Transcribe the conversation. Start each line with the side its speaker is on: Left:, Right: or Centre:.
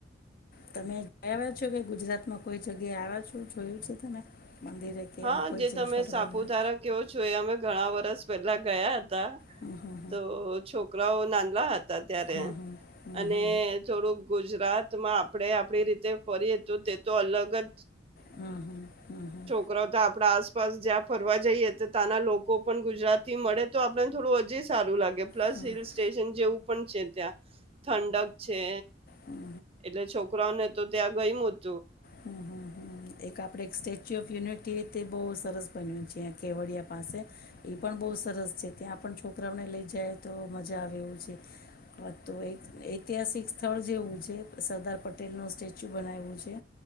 Left: તમે આવ્યા છો કે ગુજરાતમાં કોઈ જગ્યાએ આવ્યા છો જોયું છે તમે. મંદિરે કે
Right: હા
Left: એમ કોઈ
Right: જે
Left: જગ્યા
Right: તમે
Left: ફરવામાં
Right: સાપુતારા કેવો છો એ અમે ઘણા વરસ પહેલા ગયા. તા
Left: હમ હમ
Right: તો છોક બહુ નાનલા હ તા ત્યારે
Left: હમ હમ હમ હમ
Right: અને
Left: હમ હમ
Right: થોડુંક ગુજરાત તો માં આપણે આપણી રીતે ફરીએ તો તે તો અલગ જ
Left: હમ્મ, હમ્મ હમ્મ, હમ્મ.
Right: કરો તો આપણા આસપાસ જ્યાં ફરવા જઈએ તો ત્યાંના લોકો પણ ગુજરાતથી મળે તો આપણને થોડું હજી સારું લાગ કે પ્લસ
Left: હમ હમ હમ હમ હમ
Right: હિલ સ્ટેશન જેવું પણ છે. ત્યાં ઠંડક છે
Left: હમ
Right: એટલે છોકરાને તો ત્યાં ગઈ મુદ
Left: હમ્મ હમ્મ એક આપડે એક સ્ટેચ્યુ ઓફ યુનિટી તેવી તે બહુ સરસ બન્યું છે કેવડિયા પાસે એ પણ બહુ સરસ છે ત્યાં પણ છોકરાઓને લઈ જાય તો મજા આવે એ છે. તો એક ઐતિહાસિક સ્થળ જેવું છે સરદાર પટેલ નું સ્ટેચ્યુ બનાવ્યું છે.